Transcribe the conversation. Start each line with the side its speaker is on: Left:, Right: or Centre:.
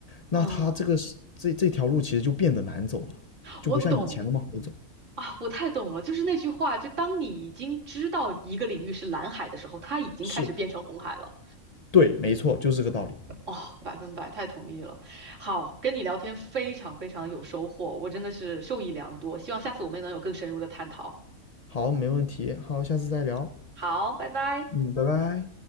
Left: 那它这个这这条路其实就变得难走了，
Right: 哦，
Left: 就不像以前那么好走。
Right: 我懂啊，我太懂了，就是那句话，就当你已经知道一个领域是蓝海的时候，它已经开始变成红海了。
Left: 是，对，没错，就是这个道理。
Right: 哦，百分百，太同意了。好，跟你聊天非常非常有收获，我真的是受益良多，希望下次我们能有更深入的探讨。
Left: 好，没问题，好，下次再聊。
Right: 好，拜拜。
Left: 嗯，拜拜。